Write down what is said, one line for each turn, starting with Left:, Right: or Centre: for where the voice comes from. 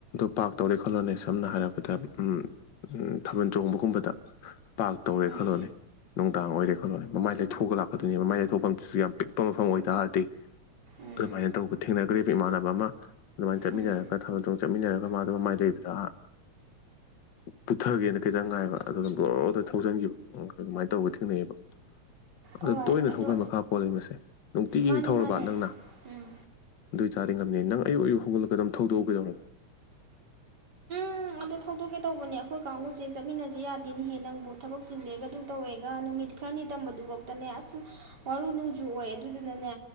Left: ꯄꯥꯛ ꯇꯧꯔꯦ ꯈꯜꯂꯣꯅꯦ ꯁꯝꯅ ꯍꯥꯏꯔꯕꯗ ꯎꯝ ꯊꯥꯕꯜ ꯆꯣꯡꯕꯒꯨꯝꯕꯗ ꯄꯥꯛ ꯇꯧꯔꯦ
Right: ꯎꯝ
Left: ꯈꯜꯂꯣꯅꯦ ꯅꯨꯡꯗꯥꯡ ꯑꯣꯏꯔꯦ ꯈꯜꯂꯣꯅꯦ ꯃꯃꯥꯏ ꯂꯩꯊꯣꯛꯒ ꯂꯥꯛꯀꯗꯣꯏꯅꯤ ꯃꯃꯥꯏ ꯂꯩꯊꯣꯛ ꯐꯝꯁꯤꯁꯨ ꯌꯥꯝ ꯄꯤꯛꯄ ꯃꯐꯝ ꯑꯣꯏꯇꯥꯔꯗꯤ
Right: ꯎꯝ
Left: ꯑꯗꯨꯃꯥꯏꯅ ꯇꯧꯕ ꯊꯦꯡꯅꯒ꯭ꯔꯦꯕ ꯏꯃꯥꯟꯅꯕ ꯑꯃ ꯑꯗꯨꯃꯥꯏꯅ ꯆꯠꯃꯤꯟꯅꯔꯒ
Right: ꯎꯝ
Left: ꯊꯥꯕꯜ ꯆꯣꯡ ꯆꯠꯃꯤꯟꯅꯔꯒ ꯃꯥꯗꯣ ꯃꯃꯥꯏ ꯂꯩꯕꯗ ꯑ ꯄꯨꯊꯒꯦꯅ ꯈꯤꯇꯪ ꯉꯥꯏꯕ ꯑꯗꯨꯗ ꯕ꯭ꯔꯣꯗ ꯊꯧꯖꯟꯈꯤꯕ ꯑꯗꯨꯃꯥꯏꯅ ꯇꯧꯕ ꯊꯦꯡꯅꯩꯌꯦꯕ ꯑꯗ
Right: ꯍꯣꯏ
Left: ꯇꯣꯏꯅ
Right: ꯑꯗꯣ
Left: ꯊꯧꯕꯩ ꯃꯈꯥ ꯄꯣꯜꯂꯦ ꯃꯁꯦ ꯅꯨꯡꯇꯤꯒꯤ
Right: ꯃꯥꯅꯦ
Left: ꯍꯦꯛ ꯊꯧꯔꯕ
Right: ꯃꯥꯅꯦ
Left: ꯅꯪꯅ
Right: ꯎꯝ
Left: ꯑꯗꯨꯏ ꯇꯥꯔꯗꯤ ꯉꯝꯅꯤ ꯅꯪ ꯑꯌꯨꯛ ꯑꯌꯨꯛ ꯍꯧꯒꯠꯂꯛꯒ ꯑꯗꯨꯝ ꯊꯧꯗꯣꯛꯎ ꯀꯩꯗꯧꯔ
Right: ꯎꯝ ꯑꯗꯣ ꯊꯧꯗꯣꯛꯀꯦ ꯇꯧꯕꯅꯦ ꯑꯩꯈꯣꯏ ꯀꯥꯡꯕꯨꯁꯦ ꯆꯠꯃꯤꯟꯅꯁꯦ ꯌꯥꯗꯦꯅꯦꯍꯦ ꯅꯪꯕꯨ ꯊꯕꯛ ꯆꯤꯜꯂꯦꯒ ꯑꯗꯨ ꯇꯧꯋꯦꯒ ꯅꯨꯃꯤꯠ ꯈꯔꯅꯤ ꯇꯝꯕꯗꯨꯕꯧꯇꯅꯦ ꯑꯁ ꯋꯥꯔꯨ ꯅꯣꯡꯖꯨ ꯑꯣꯏ ꯑꯗꯨꯗꯨꯅꯅꯦ